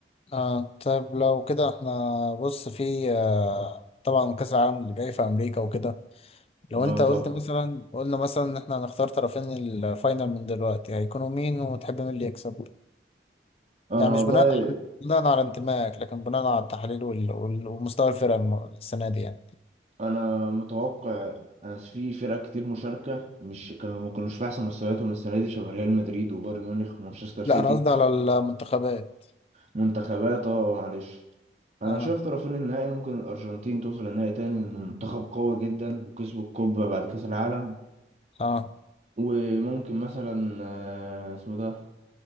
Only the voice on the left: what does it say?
آه طب لو كده احنا بص في آه طبعا كاس العالم اللي جاي في امريكا وكده لو
انت قلت
مثلا قلنا مثلا ان احنا هنختار طرفين الفاينل من دلوقتي هيكونوا مين وتحب مين اللي يكسب
يعني مش
بناء على بناء على انتمائك لكن بناء على التحاليل وال... وال... ومستوى الفرقة الم... السنة دي يعني
لا انا قصدي على المنتخبات
اه
اه